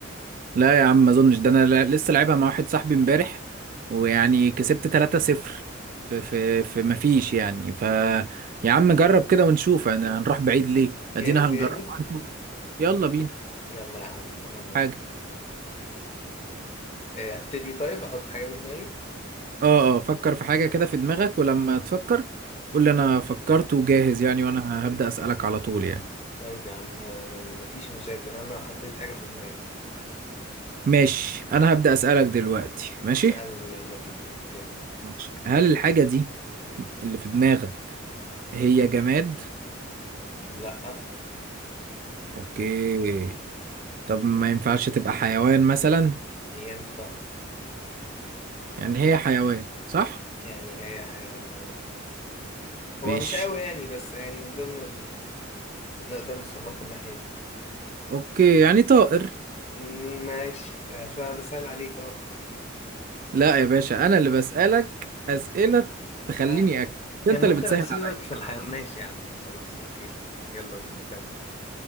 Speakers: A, on the right; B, on the left.
A: لا يا عم ما اظنش ده انا لا- لسه لعبها مع واحد صاحبي امبارح ويعني كسبت 3-0 في في في ما فيش يعني ف يا عم جرب كده ونشوف انا هنروح بعيد ليه
B: جاهز
A: ادينا هنجرب
B: يعني
A: هنشوف. يلا بينا
B: يلا يا عم انا موافق
A: حاجة
B: آه، هبتدي طيب احط حاجه في دماغي
A: اه اه فكر في حاجة كده في دماغك ولما تفكر قول لي انا فكرت وجاهز يعني وانا هبدأ أسألك على طول يعني
B: طيب يا عم آه، مفيش مشاكل انا حطيت حاجه في دماغي
A: ماشي انا هبدأ أسألك دلوقتي ماشي
B: سألني يلا بينا جاهز
A: ماشي هل الحاجة دي اللي في دماغك هي جماد
B: لا
A: اوكي طب ما ينفعش تبقى حيوان مثلا
B: ينفع
A: يعني هي حيوان صح
B: يعني هي حيوان اه هو
A: ماشي
B: مش قوي يعني بس يعني من ضمن ال... نقدر نصنفه الناحيه دي
A: اوكي يعني طائر
B: مم، ماشي آه، شو انا بسأل عليك اهو
A: لا يا باشا انا اللي بسألك أسئلة تخليني
B: آه،
A: اكسب
B: كان
A: انت
B: ممكن
A: اللي بتسهل
B: اسيبك
A: عليا
B: في الحياة ماشي يا عم خلاص اوكي يلا بينا كمل